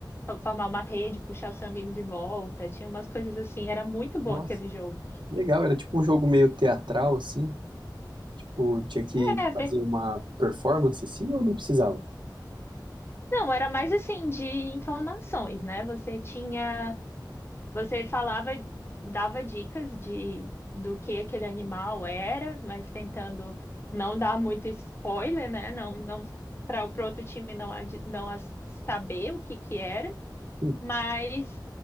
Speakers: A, on the left; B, on the right.
A: fo- formar uma rede, puxar o seu amigo de volta, tinha umas coisas assim, era muito bom
B: nossa,
A: aquele jogo.
B: legal. Era tipo um jogo meio teatral, assim. Tipo, tinha que
A: É,
B: fazer uma performance assim ou não precisava?
A: Não, era mais assim de informações, né? Você tinha, você falava, dava dicas de do que aquele animal era, mas tentando não dar muito spoiler, né? Não, não para o pro outro time não ad- não as- saber o que que era,
B: Hum,
A: mas